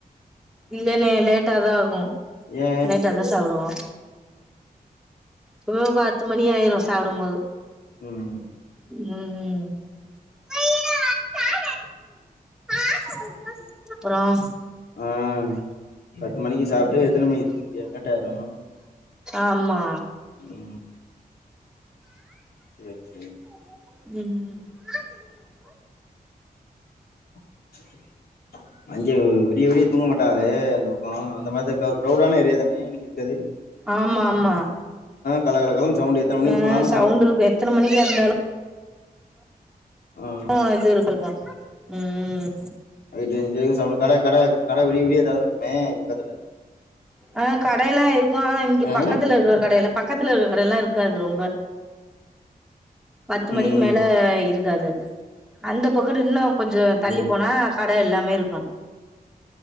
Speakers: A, in the centre; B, on the left.
A: இல்லேனே லேட்டாதான் ஆகும்
B: ஏ
A: லேட்டா தான் சாப்பிடுவோம் எப்பவும் பத்து மணி ஆயிரும் சாப்பிடும்போது
B: உம்
A: உம் ம்ம் அப்புறம்
B: ஆஹ் பத்து மணிக்கு சாப்பிட்டு எத்தனை மணிக்கு லேட்டாயிரும்
A: ஆமா
B: உம் செரி செரி
A: உம்
B: <unintelligible> விடிய விடிய தூங்க மாட்டாகளே அந்த பக்கோ அந்த மாதிரி க்ரௌடான ஏரியா தானே நீ இருக்கது
A: ஆமா ஆமா
B: கலகலகலன்னு சவுண்ட் எத்தன மணிக்கு
A: அ
B: போனாலு
A: சவுண்ட் இரு எத்தன மணிக்க இருந்தாலு
B: ஆ
A: அ இது இருக்ருக்கு ம்
B: நைட்டு அஞ்சு வரைக்கு சவுண்ட் கட கட கட விடிய விடிய தொறந்துருக்குமே பக்கத்துல
A: அ கடையெல்லா இருக் கு இங்க
B: ஆ
A: பக்கத்துல இருக்கிற கடையில பக்கத்துல <unintelligible> கடயெல்லா இருக்காது ரொம்ப பத்து
B: ம்
A: மணிக்கு மேல இருக்காது அந்த பக் <unintelligible> இன்னு கொஞ்சோ
B: ஆ
A: தள்ளி போனா கட எல்லா இருக்கு